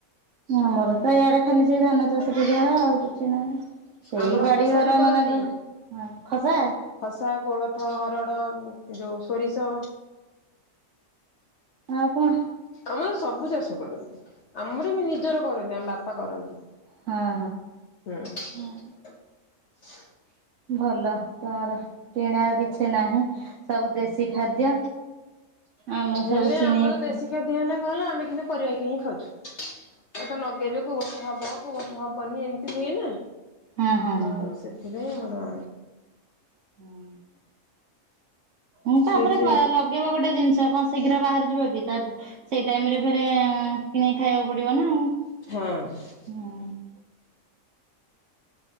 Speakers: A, on the right; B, on the left.
A: ଆମର ତ ଇଆଡେ ଖାଲି ସେ ଧାନ ଚାଷଟି ଯାହା, ଆଉ କିଛି ନାହିଁ। ସେଇ
B: ଆମର
A: ବାଡି
B: ଖସା
A: ଘର
B: ବି କରନ୍ତି।
A: ମାନଙ୍କର ଖସା
B: ଖସା, କୋଳଥ, ହରଡ଼, ଯୋଉ ସୋରିଷ।
A: ଆଉ କଣ?
B: ଆମର ସଵୁ ଚାଷ କରନ୍ତି। ଆମର ବି ନିଜର କରନ୍ତି, ଆମ ବାପା କରନ୍ତି।
A: ହଁ
B: ହୁଁ,
A: ହଁ।
B: <inaudible>
A: ଭଲ ତୋମର କିଣା କିଛି ନାହିଁ। ସବୁ ଦେଶୀ ଖାଦ୍ୟ। ଆମେ
B: ହେଲେ,
A: ସବୁ କିଣିକି
B: ଆମର ଦେଶୀ ଖାଦ୍ୟ ହେନେ କଣ ହେଲା, ଆମେ କିନ୍ତୁ ପରିବା କିଣିକି ଖାଉଛୁ। ଏ ତ ଲଗେଇବେ, କୋଉ ବର୍ଷ ହବ, କୋଉ ବର୍ଷ ହବନି। ଏମିତି ହୁଏ ନା।
A: ହଁ ହଁ
B: କେବଳ
A: ହଁ।
B: ସେଥିପାଇଁ ଆମର
A: <unintelligible> ହଁ, ତାପରେ
B: ନିଜେ
A: ବ-ଲଗେଇବ ଗୋଟେ ଜିନିଷ କଣ ଶୀଘ୍ର ବାହାରିଯିବ କି? ତାର ସେଇ ଟାଇମ୍ ରେ ବି ତେ କିଣିକି ଖାଇବାକୁ ପଡିବ ନା।
B: ହଁ।
A: ନା।